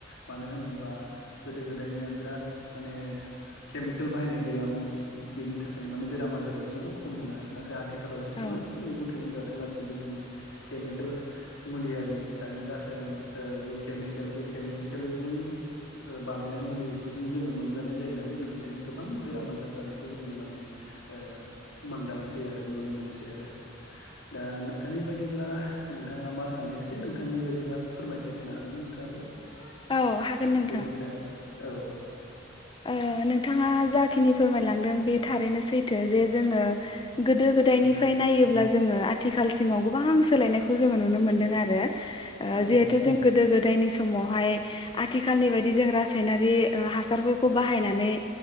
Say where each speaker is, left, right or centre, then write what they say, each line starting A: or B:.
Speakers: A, on the left; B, on the left.
A: मानो होनोबा गोदो गोदायनिया बिराद माने केमिकेल बाहायनाय गैयामोन। बेनि थाखायनो माने बेराम आजाराबो जोबोर खममोन आरो नाथाय आथिखालाव जेसेबांनाखि
B: औ
A: मैगं था थाइगं जादों गाससिबो जोङो केमिकेल मुलि आरि दानि रासायान ओ जि केमिकेल बे केमिकेलजों ओ बानायनाय मुलिखौ जों जोङो मोनजानाय जायो नालाय बेनिखा खायनो गोबां बेराम आजार जानायखौ जोङो माने ओ मोनदांसै आरो नुनो मोनस सै आरो दा नों थांनि बायदिब्ला नोंथाङा मा सानो एसे नोंथांनि बायदिब्ला फोरमायथि होनो हागोन ना नोंथाङाबो? <unintelligible>
B: औ हागोन नोंथां
A: बेनि सायाव औ।
B: ओ नोंथाङा जाखिनि फोरमायलांदों बे थारैनो सैथो जे जोङो गोदो गोदायनिफ्राय
A: औ
B: नायोब्ला जोङो आथिखालसिमाव गोबां सोलायनायखौ जोङो नुनो मोनदों आरो ओ
A: औ
B: जिहेथु जों गोदो गोदायनि समावहाय आथिखालनि बायदि जों रासायनारि हासारफोरखौ बाहायनानै